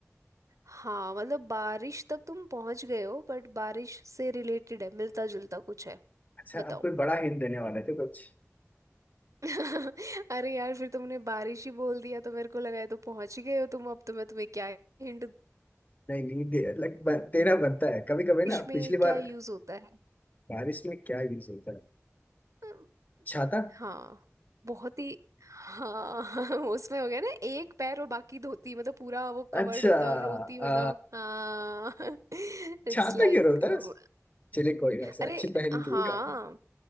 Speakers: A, on the right (about 90°); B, on the left (about 30°).
A: हाँ मतलब बारिश तक तुम पहुंच गए हो बट बारिश से रिलेटेड है मिलता जुलता कुछ है
B: अच्छा
A: बताओ
B: आप कोई बड़ा हिंट देने वाले थे कुछ
A: <laughs> अरे यार फिर तुमने बारिश ही बोल दिया तो मेरे को लगा है तो पहुंच ही गए हो तुम अब तो मैं तुम्हें क्या हिंट
B: नहीं नहीं दे, like, ब- देना बनता है कभी
A: बारिश
B: कभी ना
A: में
B: पिछली बार
A: क्या यूज होता
B: बारिश में क्या यूज होता है
A: है
B: छाता
A: हाँ बहुत ही हाँ <laughs> उसमें हो गया ना एक पैर और बाकी धोती मतलब पूरा वो
B: अच्छा
A: कवर्ड होता है और रोती मतलब
B: आ,
A: हाँ <laughs> इट्स
B: छाता
A: लाइक
B: क्यों होता
A: like,
B: है चलिए कोई ना ऐसा
A: अरे
B: अच्छी पहेली
A: हाँ
B: थी काफी